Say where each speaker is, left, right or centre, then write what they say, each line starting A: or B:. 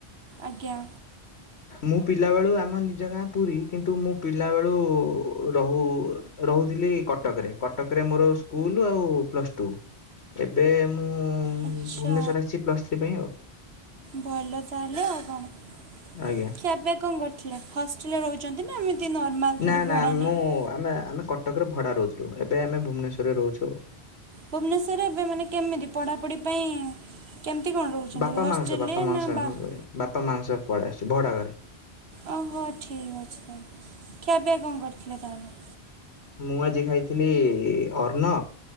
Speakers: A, on the right (about 75°); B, on the left (about 80°).
A: ଆଜ୍ଞା।
B: ମୁଁ ପିଲା ବେଳୁ ଆମ ନିଜ ଗାଁ ପୁରୀ କିନ୍ତୁ ମୁଁ ପିଲା ବେଳୁ ରହୁ ରହୁଥିଲି କଟକରେ କଟକରେ ମୋର ସ୍କୁଲ୍ ଆଉ ପ୍ଲସ୍ ଟୁ। ଏବେ ମୁଁ ଭୁବନେଶ୍ୱର
A: ଆଚ୍ଛା
B: ଆସିଛି ପ୍ଲସ୍ ଥ୍ରୀ ପାଇଁ ଆଉ।
A: ଭଲ ତାହେଲେ ଆଉ କଣ।
B: ଆଜ୍ଞା।
A: ଖିଆ ପିଆ କଁ କରିଥିଲେ? ହଷ୍ଟେଲ୍ ରେ ରହୁଛନ୍ତି ନାଁ ଏମିତି ନର୍ମାଲ୍
B: ନା
A: କେଠି
B: ନା
A: ଭଡ଼ା ନେଇକି?
B: ମୁଁ ଆମେ ଆମେ କଟକରେ ଭଡ଼ା ରହୁଥିଲୁ ଏବେ ଆମେ ଭୁବନେଶ୍ୱରରେ ରହୁଛୁ ଆଉ।
A: ଭୁବନେଶ୍ଵରରେ ଏବେ ମାନେ କେମିତି ପଢ଼ାପଢ଼ି ପାଇଁ କେମିତି କଣ ରହୁଛନ୍ତି?
B: ବାପା
A: ଏବେ ହଷ୍ଟେଲ୍
B: ମାଙ୍କ ସହ ବାପା
A: ରେ
B: ମାଙ୍କ
A: ନା
B: ସହ ଆମେ
A: ବାହା
B: ବାପା ମାଙ୍କ ସ ପଳେଇ ଆସିଛି ଭଡା ଘରେ।
A: ଓହୋ! ଠିକ୍ ଅଛି ତାହେଲେ, ଖିଆପିଆ କଣ କରିଥିଲେ ତାହେଲେ?
B: ମୁଁ ଆଜି ଖାଇଥିଲି ଅର୍ଣ୍ଣ,